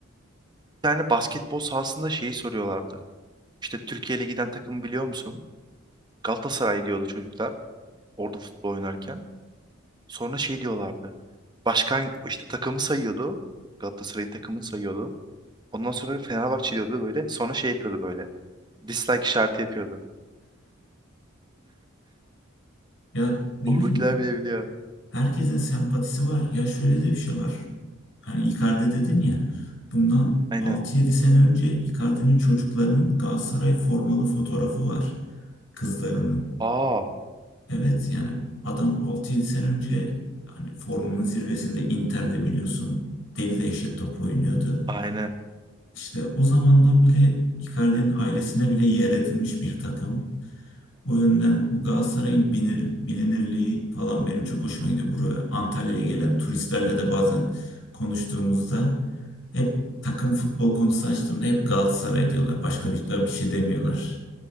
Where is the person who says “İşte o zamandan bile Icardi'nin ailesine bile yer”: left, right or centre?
Left